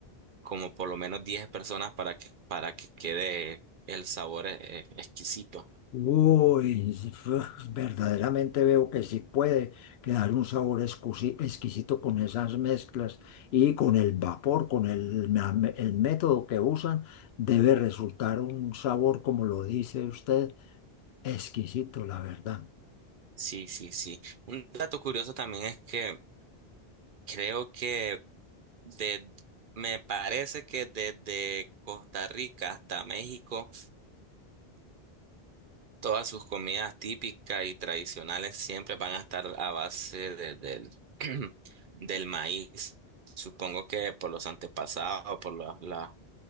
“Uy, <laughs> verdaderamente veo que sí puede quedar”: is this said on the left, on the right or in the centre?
Left